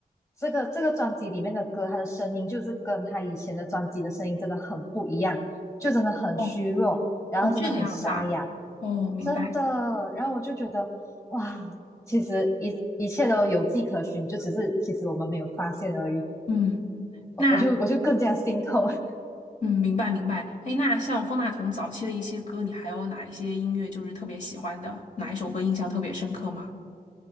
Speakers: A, on the left (about 20°); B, on the left (about 50°).
A: 这个这个专辑里面的歌，他的声音就是跟他以前的专辑的声音真的很不一样，就真的很虚弱，
B: 哦
A: 然后真的很沙哑，
B: 哦，这个样子啊，哦，明白，
A: 真的，然后我就觉得。哇，其实一一切都有迹可循，就只是其实我们没有发现而已。
B: 嗯，那
A: 我我就我就更加心痛。<laughs>
B: 嗯，明白明白，哎，那像方大同早期的一些歌，你还有哪一些音乐就是特别喜欢的，哪一首歌印象特别深刻吗？